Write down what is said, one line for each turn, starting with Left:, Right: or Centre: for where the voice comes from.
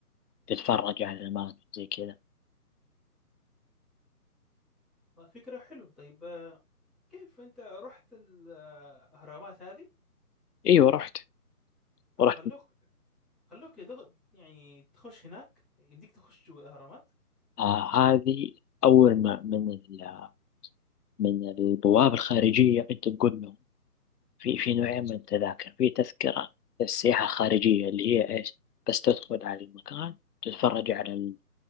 Left: تتفرج على الماء زي كذا
Centre: آه، فكرة حلوة طيب آه، كيف أنت رحت الأهرامات هذه
Left: ايوه رحت
Centre: خلوك
Left: ورحت
Centre: خلوك يدخ- يعني تخش هناك يمديك تخش جوا الأهرامات
Left: آه هذه اول ما من ال- من البوابة الخارجية انت تقول لهم في في نوعين من التذاكر في تذكرة للسياحة الخارجية اللي هي ايش بس تدخل على المكان تتفرج على